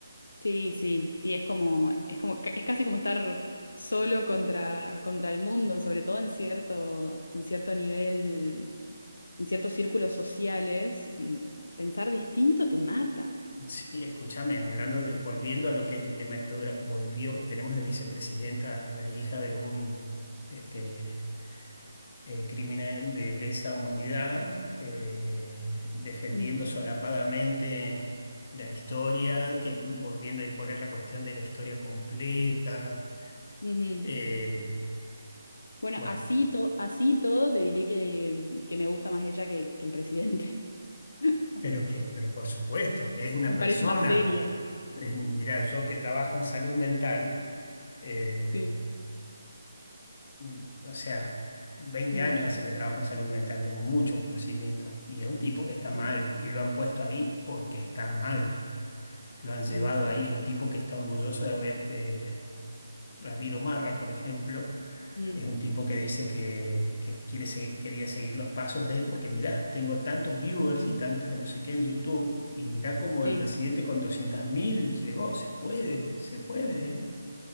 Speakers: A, on the left; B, on the left.
A: sí, sí, sí, es como, es como, ca- es casi como estar solo contra, contra el mundo, sobre todo en cierto, en cierto nivel, en ciertos círculos sociales. mm, Pensar distinto te mata.
B: Sí, escúchame, hablando de, volviendo a lo que es el tema de dictadura, volvió, tenemos de vicepresidenta a la hija de un este, eh, criminal de lesa humanidad, eh, defendiendo
A: Mm,
B: solapadamente la historia, que, volviendo a imponer la cuestión de la historia completa.
A: ujú.
B: eh,
A: Bueno,
B: bueno,
A: así, to- así y todo te diré que, que me gusta más ella que el, que el presidente. <laughs>
B: pero que, pero por supuesto, es una
A: Me
B: persona,
A: parece más seria.
B: eh, mirá, yo que trabajo en salud mental. eh,
A: Sí.
B: mm, o sea, veinte
A: Mm,
B: años hace que trabajo en salud mental, tengo mucho conocimiento y es un tipo que está mal
A: sí.
B: y lo han puesto ahí porque está mal, lo han
A: No,
B: llevado
A: sí.
B: ahí, es un tipo que está orgulloso de haber, eh, Ramiro Marra, por ejemplo,
A: Mm,
B: es un tipo que dice que, que quiere se- quería seguir los pasos de él porque mirá, tengo tantos viewers y tantas no sé qué en YouTube y mirá cómo
A: sí.
B: el presidente con 200.000 llegó, se puede, se puede, ¿eh?